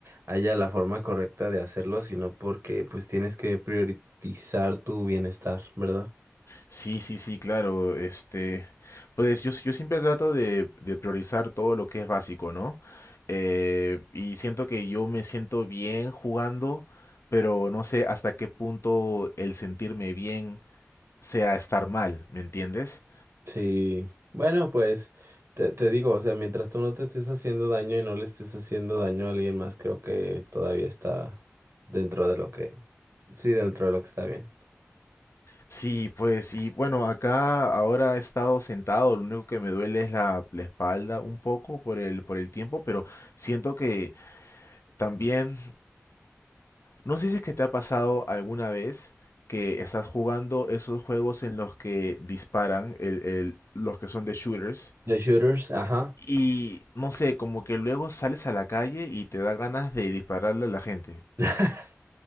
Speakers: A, on the right; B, on the left.
A: haya la forma correcta de hacerlo, sino porque pues tienes que priorizar tu bienestar, ¿verdad?
B: Sí, sí, sí, claro. Este, pues yo, yo siempre trato de, de priorizar todo lo que es básico, ¿no? Eh, y siento que yo me siento bien jugando, pero no sé hasta qué punto el sentirme bien sea estar mal, ¿me entiendes?
A: Sí. Bueno, pues te, te digo, o sea, mientras tú no te estés haciendo daño y no le estés haciendo daño a alguien más, creo que todavía está dentro de lo que, sí, dentro de lo que está bien.
B: Sí, pues, y bueno, acá ahora he estado sentado, lo único que me duele es la, la espalda un poco por el, por el tiempo, pero siento que también No sé si es que te ha pasado alguna vez que estás jugando esos juegos en los que disparan, el- el- los que son de shooters,
A: The shooters, ajá.
B: y no sé, como que luego sales a la calle y te da ganas de dispararle a la gente.
A: <laughs>